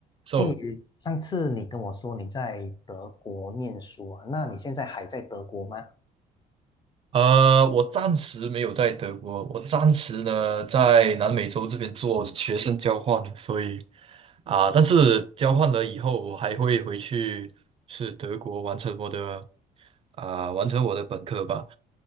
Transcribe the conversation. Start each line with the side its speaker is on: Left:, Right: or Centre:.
Right: So，
Left: 嘿，上次你跟我说你在德国念书啊，那你现在还在德国吗？
Right: 呃，我暂时没有在德国，我暂时呢在南美洲这边做学生交换，所以啊，但是交换了以后，我还会回去是德国完成我的啊，完成我的本科吧，